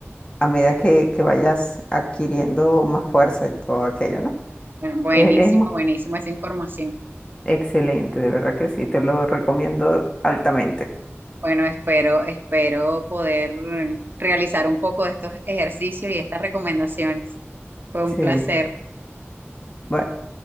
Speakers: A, on the left (about 20°); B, on the right (about 45°).
A: a medida que, que vayas adquiriendo más fuerza y todo aquello, ¿no?
B: Bueno, buenísimo,
A: Eh, Es, muy
B: buenísimo esa información.
A: excelente, de verdad que sí, te lo recomiendo altamente.
B: Bueno, espero, espero poder eh, realizar un poco de estos ejercicios y estas recomendaciones. Fue un
A: Sí,
B: placer.
A: sí. Bye.